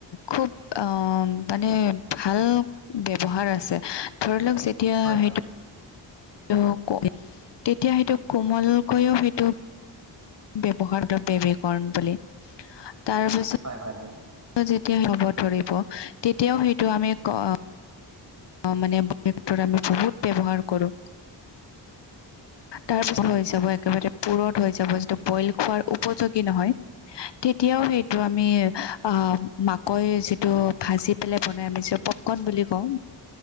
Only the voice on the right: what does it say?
হয় হয়
হয়', - হয়', - হয়',
হয় হয়।